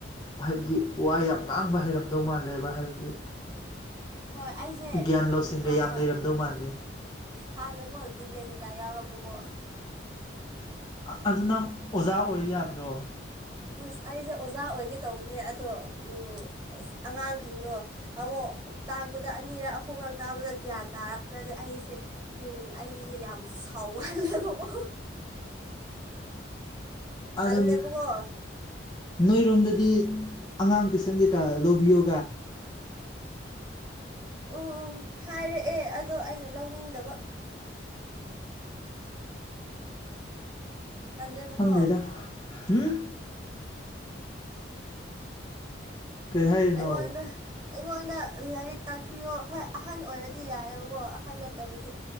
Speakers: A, on the left; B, on the right.
A: ꯍꯥꯏꯕꯗꯤ ꯋꯥ ꯌꯥꯝ ꯉꯥꯡꯕ ꯍꯩꯔꯝꯗꯧ ꯃꯥꯜꯂꯦꯕ ꯍꯥꯏꯕꯗꯤ꯫
B: ꯍꯣꯏ ꯑꯩꯁꯦ
A: ꯒ꯭ꯌꯥꯟ ꯂꯧꯁꯤꯡꯒ
B: ꯍꯥꯟꯅ
A: ꯌꯥꯝ ꯂꯩꯔꯝꯗꯧ ꯃꯥꯜꯂꯤ
B: ꯍꯥꯟꯅ ꯀꯣ ꯗꯤꯕꯦꯠꯀꯩꯀꯥ ꯌꯥꯎ꯭ꯔꯛꯄꯒꯣ꯫
A: ꯑꯗꯨ ꯅꯪ ꯑꯣꯖꯥ ꯑꯣꯏ ꯌꯥꯗ꯭ꯔꯣ꯫
B: ꯑꯁ ꯑꯩꯁꯦ ꯑꯣꯖꯥ ꯑꯣꯏꯒꯦ ꯇꯧꯕꯅꯦ ꯑꯗꯣꯎꯝ ꯑꯁ ꯑꯉꯥꯡꯁꯤꯡꯗꯣ꯫ ꯑꯃꯨꯛ ꯇꯥꯛꯄꯗ ꯑꯅꯤꯔꯛ ꯑꯍꯨꯝꯂꯛ ꯇꯥꯛꯕꯗ ꯒ꯭ꯌꯥꯟ ꯇꯥꯔꯛꯇ꯭ꯔꯗꯤ ꯑꯩꯁꯦ ꯎꯝ ꯑꯩꯁꯦ ꯌꯥꯝ ꯁꯥꯎꯍꯜꯂꯦꯕꯀꯣ꯫
A: ꯑꯗꯨꯝ
B: ꯇꯜꯂꯦꯕꯀꯣ
A: ꯅꯣꯏꯔꯣꯝꯗꯗꯤ ꯑꯉꯥꯡ ꯇꯨꯏꯁꯟ ꯀꯩꯀꯥ ꯂꯧꯕꯤꯌꯣ꯫
B: ꯑꯦꯄ <unintelligible> ꯎꯝ ꯍꯥꯏꯔꯛꯑꯦ ꯑꯗꯣ ꯑꯩꯅ ꯂꯧꯅꯤꯡꯗꯕ꯫ ꯇꯜꯂꯦꯕꯀꯣ
A: ꯈꯪꯗꯦꯗ ꯎꯝ꯫ ꯀꯩ ꯍꯥꯏꯔꯤꯅꯣ
B: ꯑꯩꯉꯣꯟꯗ꯫ ꯑꯩꯉꯣꯟꯗ ꯂꯥꯏꯔꯤꯛ ꯇꯥꯛꯄꯤꯌꯣ ꯍꯣꯏ ꯑꯍꯟ ꯑꯣꯏꯔꯗꯤ ꯌꯥꯏꯑꯕꯀꯣ ꯑꯍꯟ ꯅꯠꯇꯕꯗꯤ꯫